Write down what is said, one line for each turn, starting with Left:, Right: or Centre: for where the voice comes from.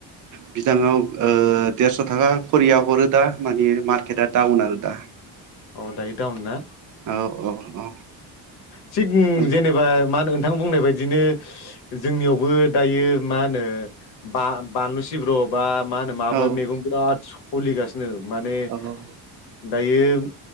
Right: बिदाङाव देरस' थाखा खरिया हरो दा मानि मार्केटआ दडाउन आरो दा
Left: औ दायो दाउन ना
Right: औ औ औ
Left: थिग
Right: माने
Left: जेनेबा मा होन नोंथां बुंनाय बायदिनो जोंनियावबो दायो मा होनो बा बानलु सिब्र' बा मा होनो माबो
Right: औ
Left: मैगं बिराद सोलिगासिनो माने
Right: औ औ
Left: दायो